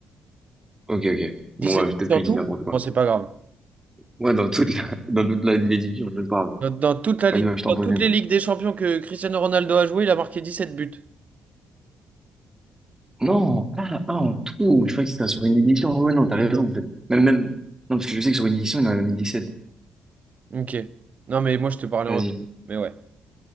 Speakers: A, on the right (about 15°); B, on the right (about 45°).
A: Ok, ok.
B: dix-sept
A: Bon, bah, peut-être
B: buts
A: que
B: en
A: je
B: tout?
A: dis n'importe quoi.
B: Bon, c'est pas grave.
A: Ouais, dans toute la, <laughs> dans toute la, les divisions, je ne parle.
B: Dans, dans toute la
A: Vas-y,
B: ligue,
A: bah, je t'en
B: dans
A: pose
B: toutes
A: une.
B: les ligues des champions que Cristiano Ronaldo a joué, il a marqué 17 buts.
A: Non, ah, ah, en tout, je crois que c'était sur une édition. Ouais, ouais, non, t'as
B: Énorme.
A: raison, en fait. Même, même, non, parce que je sais que sur une édition, il y en a mis 17.
B: Ok. Non, mais moi, je te parlais
A: Vas-y,
B: en tout. Mais ouais.